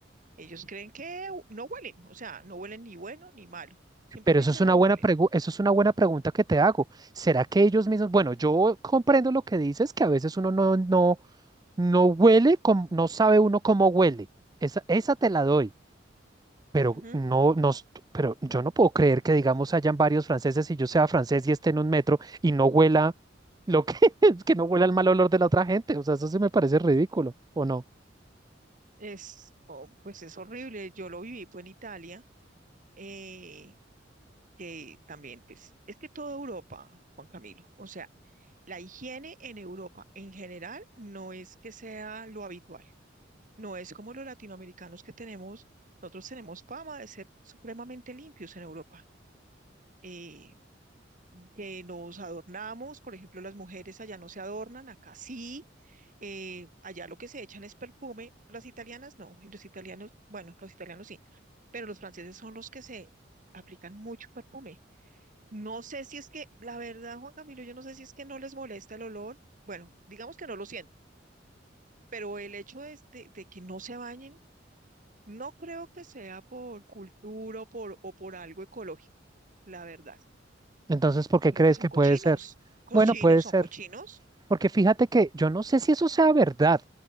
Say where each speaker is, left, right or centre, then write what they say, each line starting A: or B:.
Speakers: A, on the right; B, on the right.
A: Ellos creen que hu- no huelen, o sea, no huelen ni bueno ni malo, simplemente
B: Pero eso es
A: no
B: una
A: huelen.
B: buena pregu- eso es una buena pregunta que te hago. ¿Será que ellos mismos, bueno, yo comprendo lo que dices, que a veces uno no, no, no huele, com- no sabe uno cómo huele. Esa, esa te la doy. Pero
A: Ujú.
B: no, no, s- pero yo no puedo creer que, digamos, hayan varios franceses y yo sea francés y esté en un metro y no huela lo que <laughs> es que no huela el mal olor de la otra gente. O sea, eso sí me parece ridículo, ¿o no?
A: Es, oh, pues es horrible, yo lo viví fue en Italia, eh, que también, pues, es que toda Europa, Juan Camilo, o sea, la higiene en Europa en general no es que sea lo habitual, no es como los latinoamericanos que tenemos, nosotros tenemos fama de ser supremamente limpios en Europa, eh, que nos adornamos, por ejemplo, las mujeres allá no se adornan, acá sí, eh, allá lo que se echan es perfume, las italianas no, y los italianos, bueno, los italianos sí, pero los franceses son los que se aplican mucho perfume no sé si es que, la verdad, Juan Camilo, yo no sé si es que no les molesta el olor. Bueno, digamos que no lo sienten, pero el hecho es de, de que no se bañen, no creo que sea por cultura o por, o por algo ecológico, la verdad.
B: Entonces, ¿por qué
A: Creo
B: crees
A: que son
B: que
A: cochinos.
B: puede ser?
A: Cochinos,
B: Bueno, puede ser.
A: son cochinos.
B: Porque fíjate que yo no sé si eso sea verdad,